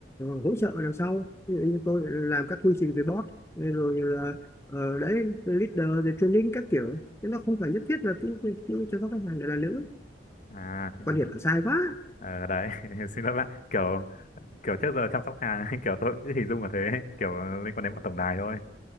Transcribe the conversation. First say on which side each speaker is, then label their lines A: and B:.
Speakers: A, on the left (about 15°); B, on the left (about 45°).
A: hỗ trợ đằng sau ví dụ như tôi lại làm các quy trình về bot rồi là ờ, đấy leader rồi training các kiểu chứ nó không phải nhất thiết là cứ cứ- cứ chăm sóc khách hàng để là nữ
B: à thế, em
A: quan điểm
B: thế.
A: là sai quá
B: ờ đấy <laughs> xin lỗi bạn kiểu kiểu trước giờ chăm sóc hàng <laughs> kiểu tôi cũng cứ hình dung là thế kiểu liên quan đến bọn tổng đài thôi